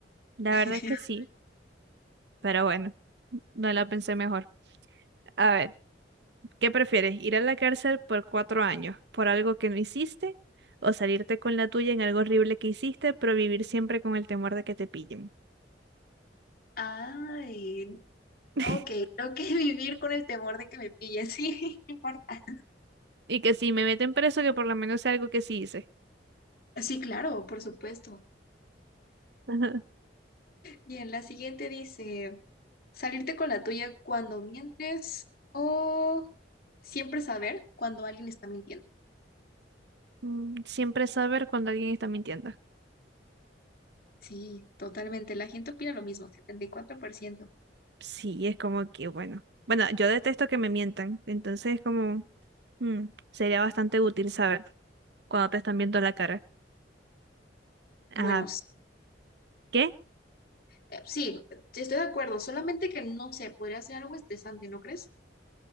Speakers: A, on the right; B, on the left.
A: la
B: <laughs>
A: verdad es que sí. Pero bueno, no la pensé mejor. A ver, ¿qué prefieres? ¿Ir a la cárcel por cuatro años por algo que no hiciste? ¿O salirte con la tuya en algo horrible que hiciste, pero vivir siempre con el temor de que te pillen?
B: Ay,
A: <laughs>
B: ok, creo que <laughs> vivir con el temor de que me pillen, sí, <laughs> no importa.
A: Y que si me meten preso, que por lo menos sea algo que sí hice.
B: Sí, claro, por supuesto.
A: Ajá.
B: Bien, la siguiente dice, Salirte con la tuya cuando mientes o siempre saber cuando alguien está mintiendo.
A: Mm, Siempre saber cuando alguien está mintiendo.
B: Sí, totalmente. La gente opina lo mismo, 74%.
A: Sí, es como que, bueno. Bueno, yo detesto que me mientan, entonces es como, mm, sería bastante útil saber cuando te están viendo la cara. Ajá.
B: Bueno, s-
A: ¿Qué?
B: eh, sí, estoy de acuerdo, solamente que no sé, podría ser algo estresante, ¿no crees?